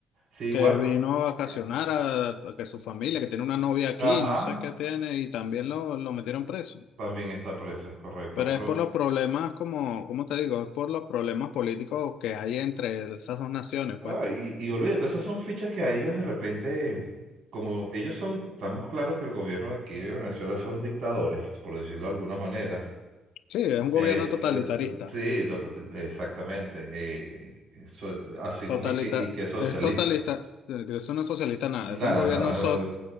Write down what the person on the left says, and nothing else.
que
vino
a vacacionar a, a que su familia, que tiene una novia aquí,
no sé qué tiene, y también lo, lo metieron preso.
Pero
es por los problemas, como, ¿cómo te digo? Es por los problemas políticos que hay entre esas dos naciones, pues.
Sí, es un gobierno
totalitarista.
Totalita,
es totalista, eh, que eso no es socialista nada.
Este es un gobierno
so-